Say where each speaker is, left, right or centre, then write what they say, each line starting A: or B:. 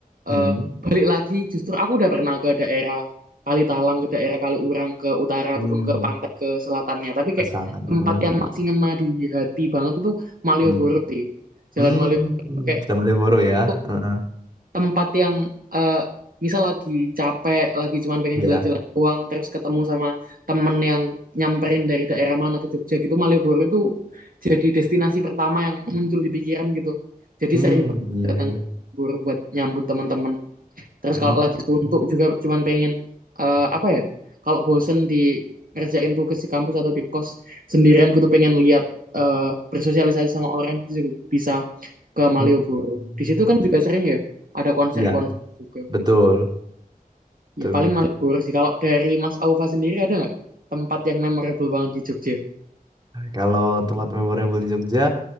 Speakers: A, on the right; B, on the right.
A: eh,
B: hmm.
A: balik lagi justru aku udah pernah ke daerah Kalitalang ke daerah Kaliurang ke utara
B: Hmm.
A: ataupun ke pantai ke selatannya tapi kayak
B: Pesanan.
A: tempat
B: hmm.
A: yang masih ngena di hati banget itu Malioboro
B: Hmm.
A: sih Jalan
B: Hmm.
A: Malioboro itu kayak
B: Sudah Malioboro ya
A: itu
B: Eh,
A: tempat yang eh, misal lagi capek, lagi cuman pengen
B: iya
A: jalan-jalan doang, terus ketemu sama temen yang nyamperin dari daerah mana ke Jogja gitu, Malioboro itu jadi destinasi pertama yang muncul di pikiran gitu. Jadi
B: hmm.
A: sering banget
B: iya
A: datang
B: iya
A: ke Malioboro buat nyambut teman-teman. Terus
B: hmm.
A: kalau lagi suntuk
B: Hmm.
A: juga cuman pengen eh, apa ya? Kalau bosen di ngerjain tugas di kampus atau di kos sendirian, gue tuh pengen lihat eh, bersosialisasi sama orang itu juga bisa ke Malioboro.
B: hmm, hmm.
A: Di situ kan juga sering ya ada konser-konser
B: Iya
A: juga.
B: betul betul
A: Ya paling
B: betul
A: Malioboro sih. Kalau dari Mas Aufa sendiri ada nggak tempat yang memorable banget di Jogja?
B: kalau tempat memorable di Jogja